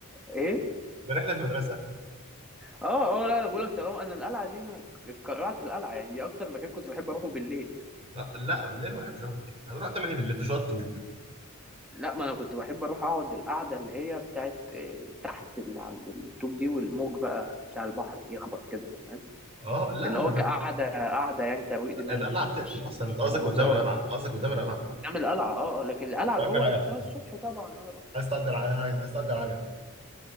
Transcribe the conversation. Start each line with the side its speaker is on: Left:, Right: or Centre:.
Centre: ايه
Right: ده رحله مدرسه
Centre: اه اه لا انا بقول لك طالما انا القلعة دي انا اتكرعت القلعة يعني دي اكتر مكان كنت بحب اروحه بالليل
Right: لا بالليل ما بحبش اروح بالليل هتروح تعمل ايه بالليل في شويه طوب
Centre: لا ما انا كنت بحب اروح اقعد القعده اللي هي بتاعت آه، تحت اللي عند الطوب دي والموج بقى بتاع البحر يخبط كده فاهم
Right: اه لا
Centre: اللي هو
Right: هو أنا-
Centre: كقعده قعده يعني ترويق دماغ
Right: القلعه
Centre: مش مش
Right: بتقفل اصلا
Centre: مش
Right: انت قصدك
Centre: كمزار
Right: قدام القلعه قصدك قدام القلعه
Centre: قدام القلعه اه آه، لكن القلعه
Right: تأجر
Centre: جوه
Right: عجله
Centre: نفسها الصبح طبعا اه رحت
Right: عايز تأجر ع- عايز تأجر عجله